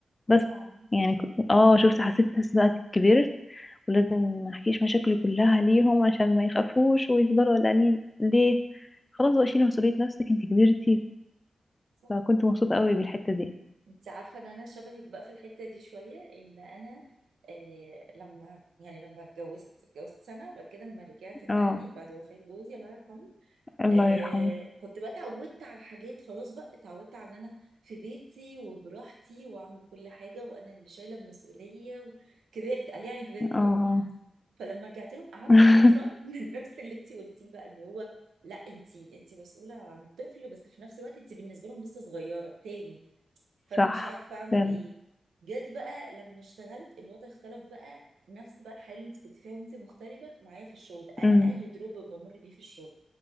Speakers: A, on the left (about 30°); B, on the right (about 85°).
A: بس
B: طبعا
A: يعني ك- اه شفت حسيت نفسي بقى كبرت ولازم ما احكيش مشاكلي كلها ليهم عشان ما يخافوش ويفضلوا قلقانين ليه خلاص بقى شيلي مسؤولية نفسك انت كبرتي
B: صح
A: فكنت مبسوطة قوي بالحتة دي
B: انت عارفه ان انا شبهك بقى في الحته دي شويه ان انا آه لما يعني لما اتجوزت اتجوزت سنه وبعد كده لما رجعت لاهلي
A: اه
B: بعد وفاه جوزي الله يرحمه
A: الله
B: آه
A: يرحمه
B: كنت بقى اتعودت على حاجات خلاص بقى اتعودت على ان انا في بيتي وبراحتي واعمل كل حاجه وانا اللي شايله المسؤوليه وكبرت قال يعني كبرت
A: اه
B: بقى فلما رجعت لهم قعدت
A: <laughs>
B: فتره <laughs> من نفس اللي انت قلتيه بقى اللي هو لا انت انت مسؤوله عن طفل بس في نفس الوقت انت بالنسبه لهم لسه صغيره تاني فانا
A: صح
B: مش عارفه اعمل
A: فعلا
B: ايه جت بقى لما اشتغلت الوضع اختلف بقى نفس بقى الحياه اللي انت كنت فيها وانت مغتربه معايا في الشغل انا
A: امم
B: اي دروب بمر بيه في الشغل